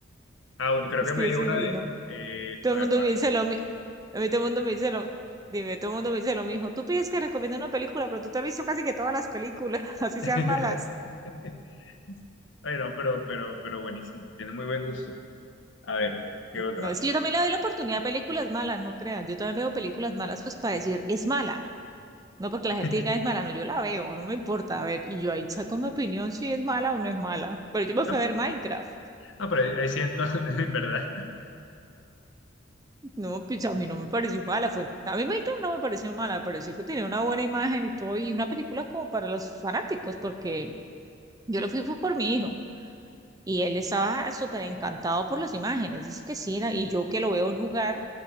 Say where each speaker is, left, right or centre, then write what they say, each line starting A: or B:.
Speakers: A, on the left; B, on the right.
A: Ah, bueno, creo
B: Es
A: que
B: que
A: me
B: yo
A: dio
B: soy-
A: una de.
B: y no.
A: eh,
B: Todo
A: a
B: el
A: ver,
B: mundo
A: vale.
B: me dice lo mismo. A mí todo el mundo me dice lo Dime, todo el mundo me dice lo mismo. Tú pides que recomiende una película, pero tú te has visto casi que todas las películas, <laughs> así
A: <laughs>
B: sean malas.
A: Ay, no pero, pero, pero buenísimo. Tiene muy buen gusto. A ver, ¿qué otra?
B: No, es que yo también le doy la oportunidad a películas malas, no crean. Yo también veo películas malas, pues para decir es mala. No porque la gente
A: <laughs>
B: diga es mala, no, yo la veo, no me importa. A ver, y yo ahí saco mi opinión si es mala o no es mala. Pero yo me fui
A: Ah,
B: a ver Minecraft.
A: ah, pero ahí ahí siento, <laughs> en verdad.
B: No, pues a mí no me pareció mala. Fue, a mí Minecraft no me pareció mala, me pareció que tenía una buena imagen y todo. Y una película como para los fanáticos, porque yo lo fui fue por mi hijo. Y él estaba súper encantado por las imágenes, dice que sí, era, y yo que lo veo jugar,